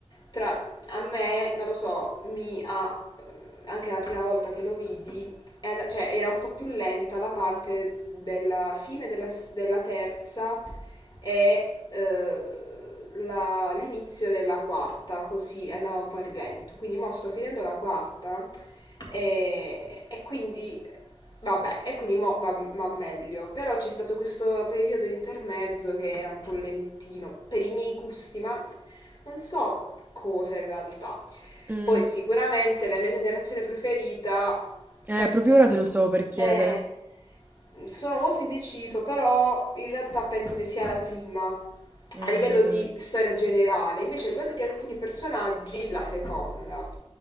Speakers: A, on the left; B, on the right.
A: tra, a me, non lo so, mi ha, eh, anche la prima volta che lo vidi, è and- cioè era un po' più lenta la parte della fine della, s- della terza e eh, la- l'inizio della quarta, così andava un po' a rilento. Quindi mo sto finendo la quarta e, e quindi vabbè, e quindi mo va, va meglio. Però c'è stato questo periodo di intermezzo che era un po' lentino per i miei gusti, ma non so cosa in realtà.
B: Mm.
A: Poi sicuramente la mia generazione preferita,
B: Eh,
A: penso,
B: proprio ora te lo stavo per chiedere.
A: eh, sono molto indeciso, però in realtà penso che sia la prima
B: Mm,
A: a livello
B: mm,
A: di
B: mm.
A: storia generale, invece a livello di alcuni personaggi la seconda.